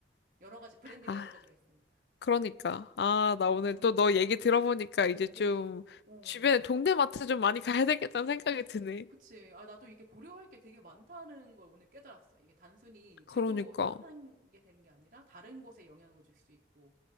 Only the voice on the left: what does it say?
아,
그러니까. 아, 나 오늘
또 너 얘기 들어보니까 이제
좀
주변에 동네 마트 좀 많이 가야 되겠다는 생각이 드네.
그러니까.